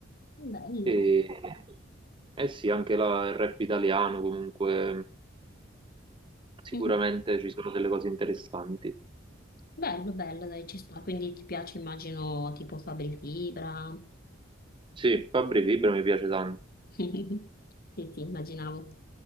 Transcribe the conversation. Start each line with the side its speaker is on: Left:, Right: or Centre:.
Left: bello.
Right: E, eh sì, anche la- il rap italiano comunque sicuramente
Left: Mhm.
Right: ci sono delle cose interessanti.
Left: Bello, bello, dai, ci sta. Quindi ti piace, immagino, tipo Fabri Fibra.
Right: Sì, Fabri Fibra mi piace tanto.
Left: Sì, sì, immaginavo.